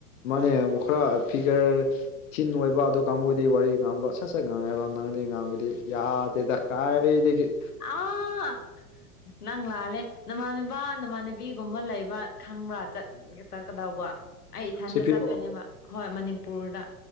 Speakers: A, on the left (about 60°); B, on the left (about 80°).
A: ꯃꯥꯅꯦ ꯈꯔ ꯐꯤꯒꯔ ꯁꯤꯤꯟ ꯑꯣꯏꯕ ꯑꯗꯨ ꯀꯥꯡꯕꯨꯗꯤ ꯋꯥꯔꯤ ꯉꯥꯡꯕꯗꯣ ꯁꯠ ꯁꯠ ꯉꯥꯡꯉꯦꯕ ꯉꯥꯡꯗꯦ ꯉꯥꯡꯕꯗꯤ ꯌꯥꯗꯦꯗ ꯀꯥꯏꯗꯗꯒꯤ
B: ꯑꯥꯎ ꯅꯪ ꯂꯥꯜꯂꯦ ꯅꯃꯥꯟꯅꯕ ꯅꯃꯥꯟꯅꯨꯕꯤꯒꯨꯝꯕ ꯂꯩꯕ꯭ꯔꯥ ꯈꯪꯕ꯭ꯔꯥ ꯆꯠ ꯌꯦ ꯇꯥꯛ ꯀꯗꯥꯕ ꯑꯩ ꯏꯊꯟꯗ
A: ꯁꯤꯐꯤꯌꯣ
B: ꯆꯠꯇꯣꯏꯅꯦꯕ ꯍꯣꯏ ꯃꯅꯤꯄꯨꯔꯗ